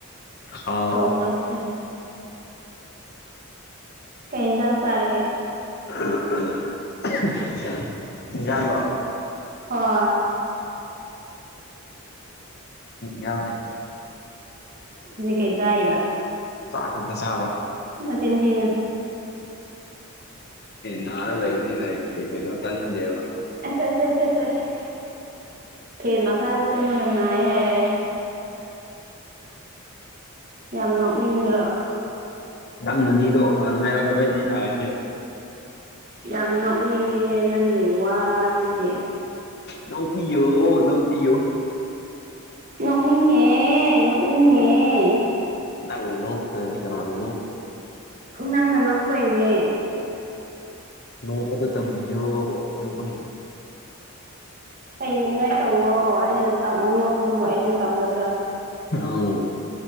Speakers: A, on the left (about 45°); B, on the right (about 40°).
A: ꯍꯥꯎ
B: ꯀꯧꯔꯛꯀꯦ ꯀꯩ ꯌꯦꯟꯖꯥꯡ ꯆꯥꯔꯒꯦ
A: ꯣ <unintelligible> <inaudible>
B: ꯍꯣꯏ
A: ꯌꯥꯎꯗꯦ
B: ꯖꯤ ꯀꯩ ꯆꯥꯏꯕ
A: ꯆꯥꯛ ꯀꯗ ꯆꯕ
B: ꯅꯆꯤꯟ ꯊꯤꯅꯨ
A: ꯅꯔ ꯂꯩꯅꯤ ꯀ ꯀꯩꯅꯣ ꯆ ꯅꯤꯡꯗꯦꯕ
B: ꯑ <unintelligible> <inaudible> ꯐꯦꯦꯟ ꯃꯈꯥꯗ ꯇꯨꯝꯃꯗ ꯅꯥꯑ ꯍꯥꯏꯔꯦ ꯌꯥꯝ ꯅꯣꯛꯅꯤꯡꯗ꯭ꯔꯣ
A: ꯅꯪꯅꯅꯤꯗꯣ ꯍꯥꯟꯅ ꯍꯥꯏꯔꯛꯛꯇꯕꯩꯅꯤꯅ ꯍꯥꯏꯁꯦ
B: ꯌꯥꯝ ꯅꯣꯛꯅꯤꯡꯉꯦꯍꯦ ꯅꯪꯒꯤ ꯋꯥꯗꯨꯗꯤ
A: ꯅꯧꯄꯤꯌꯣ ꯅꯧꯄꯤꯌꯣ
B: ꯅꯣꯛꯅꯤꯡꯉꯦ ꯅꯣꯛꯅꯤꯡꯉꯦ
A: ꯅꯪꯅꯣ ꯇꯗꯤ ꯀꯅꯥꯅꯣ
B: ꯅꯪꯅ ꯅꯣꯛꯄꯩꯅꯦ
A: ꯅ ꯀꯗ ꯇꯕꯤꯑꯣ ꯑ ꯍ
B: ꯍꯅꯤꯡꯉꯥꯏ ꯇꯧꯋꯣ ꯑꯩꯅ ꯅꯣꯛꯄꯗꯨꯕꯨ ꯑꯩꯅ ꯇꯝꯒꯗ꯭ꯔꯥ
A: ꯎ